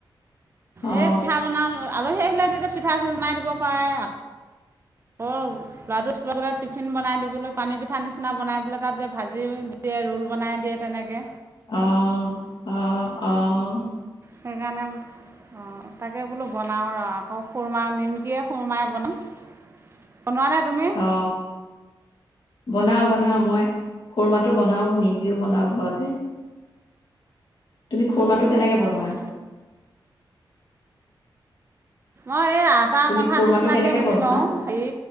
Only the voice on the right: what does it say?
এই পিঠা বনাম, আলহী আহিলে তেতিয়া পিঠা বনাই দিব পাৰে। আকৌ ল'ৰাটো স্কুলত গ'লে টিফিন বনাই দিবলৈ পানী পিঠা নিচিনা বনাইলৈ তাত যে ভাজি দিয়ে ৰোল বনাই দিয়ে তেনেকে।
সেইকাৰণে অঁ তাকে বোলো। বনাওঁ ৰ আকৌ খুৰমা, নিমকিৰে খুুৰমাই বনাওঁ। বনোৱা নাই তুমি?
অঁ অ এই আদা
মথা
নিচিনাকে
মুঠি
লওঁ, হেৰি